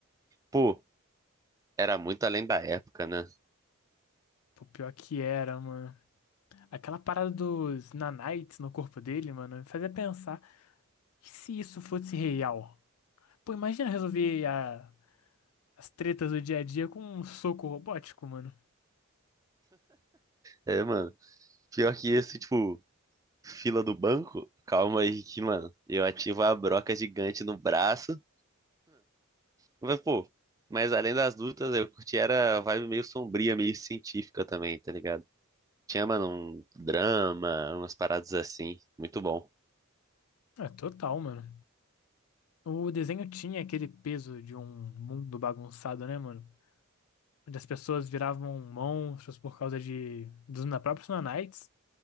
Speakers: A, on the right (about 15°); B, on the left (about 75°).
A: Pô, era muito além da época, né?
B: Pô, pior que era, mano. Aquela parada dos nanites no corpo dele, mano, me fazia pensar, e se isso fosse real? Pô, imagina resolver a- as tretas do dia a dia com um soco robótico, mano.
A: É, mano, pior que isso, tipo, fila do banco, calma aí que, mano, eu ativo a broca gigante no braço. Mas, pô, mas além das lutas, eu curti era a vibe meio sombria, meio científica também, tá ligado? Tinha, mano, um drama, umas paradas assim. Muito bom.
B: É, total, mano. O desenho tinha aquele peso de um mundo bagunçado, né, mano? onde as pessoas viravam monstros por causa de dos na- próprios Nanites.